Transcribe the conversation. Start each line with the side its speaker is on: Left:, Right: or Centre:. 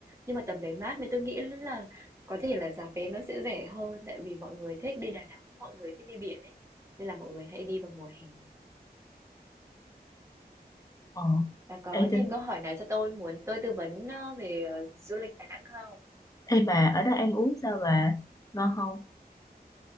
Right: nhưng mà tầm đấy mát nên tôi nghĩ là có thể là giá vé nó sẽ rẻ hơn, tại vì mọi người thích đi Đà Nẵng, mọi người thích đi biển ấy, nên là mọi người hay đi vào mùa hè.
Left: ờ
Right: Bà có
Left: Ê,
Right: thêm
Left: tôi...
Right: câu hỏi nào cho tôi, muốn tôi tư vấn, ơ, về, ờ, du lịch Đà Nẵng không?
Left: Ê bà ở đó ăn uống sao bà ngon không